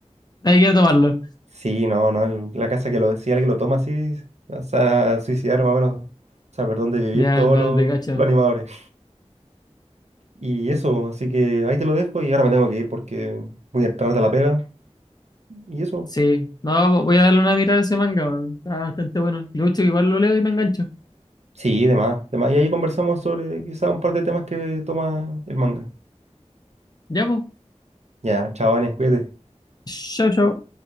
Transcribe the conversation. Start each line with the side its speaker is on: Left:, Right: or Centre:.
Left: Hay que tomarlo.
Right: Sí, no, no, el- la casa que lo decía, alguien lo toma así, se van a suicidar más o menos, saber dónde vivir
Left: Ya,
Right: todos
Left: no,
Right: los,
Left: te cacho.
Right: los animadores. Y eso, así que ahí te lo dejo y ahora me tengo que ir porque voy a tarde a la pega. Y eso,
Left: Sí. No, vo- voy a darle una mirada a ese manga. weón. Está bastante bueno. Lucho, igual lo leo y me engancho.
Right: sí, demás, demás. Y ahí conversamos sobre quizás un par de temas que toma el manga.
Left: Ya, pues.
Right: Ya, chao, Vanes, cuídate.
Left: Chao, chao.